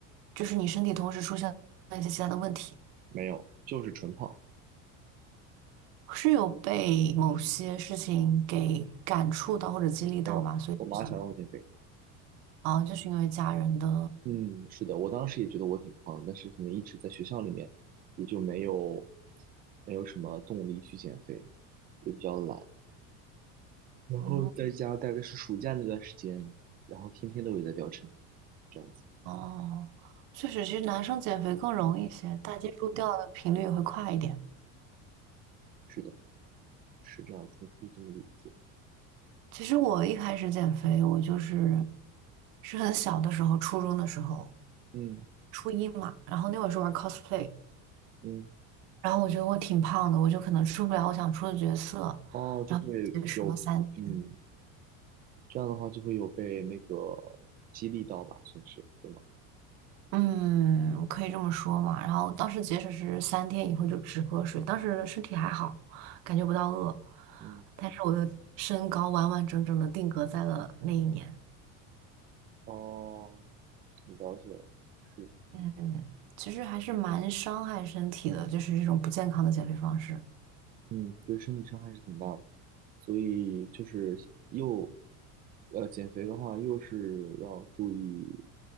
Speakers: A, on the right; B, on the right.
A: 就是你身体同时出现了一些其他的问题，
B: 没有，就是纯胖，
A: 是有被某些事情给感触到或者激励到吗？
B: 没有。
A: 所以就想
B: 我妈想让我减肥。
A: 啊，就是因为家人的，
B: 嗯，是的，我当时也觉得我挺胖的但是可能一直在学校里面，也就没有没有什么动力去减肥，也比较懒。然后在家大概是暑假那段时间，
A: 嗯，
B: 然后天天都有在掉秤，这样子。
A: 哦，确实，其实男生减肥更容易一些，大基数掉的频率也会快一点。
B: 是的，是这样子，你可以这么理解。
A: 其实我一开始减肥，我就是是很小的时候，初中的时候。
B: 嗯
A: 初一嘛，然后那会儿是玩 cosplay，
B: 嗯，
A: 然后我觉得我挺胖的，我就可能出不了我想出的角色，
B: 哦，就会有，
A: 然后就节食了三天，
B: 嗯，这样的话就会有被那个激励到吧，算是，对吗？
A: 嗯，可以这么说嘛。然后当时节食是三天以后就只喝水，当时身体还好，感觉不到饿，
B: 嗯，
A: 但是我的身高完完整整的定格在了那一年，
B: 哦，了解了，是。
A: 嗯，其实还是蛮伤害身体的，就是这种不健康的减肥方式。
B: 嗯，对身体伤害是挺大的，所以就是又呃，减肥的话，又是要注意